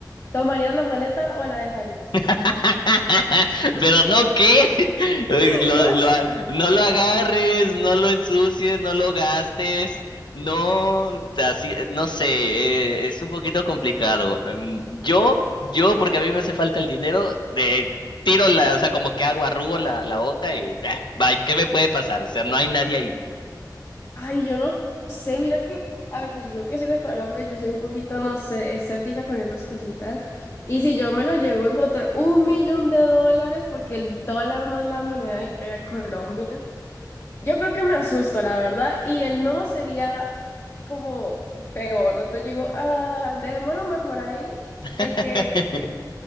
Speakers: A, on the left (about 35°); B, on the left (about 85°).
A: ¿Tomarías la maleta o la dejarías?
B: <laughs> Pero no, ¿qué? <laughs> Lo-
A: <laughs> No
B: lo a- no lo agarres, no lo ensucies, no lo gastes. No, así, no sé, eh, es un poquito complicado. Em, Yo, yo, porque a mí me hace falta el dinero, eh, tiro la, o sea, como que hago, arrugo la, la hoja y bah, bye, ¿qué me puede pasar? O sea, no hay nadie ahí.
A: Ay, yo no sé, mira que, a ver, pues yo que soy de Colombia, yo soy un poquito, no sé, escéptica con esas cositas. Y si yo me lo llego a encontrar un millón de dólares, porque el dólar no es la moneda de que hay Colombia, yo creo que me asusto, la verdad, y el no sería como peor. Entonces yo digo, ah, dejémoslo mejor ahí,
B: <laughs>
A: el que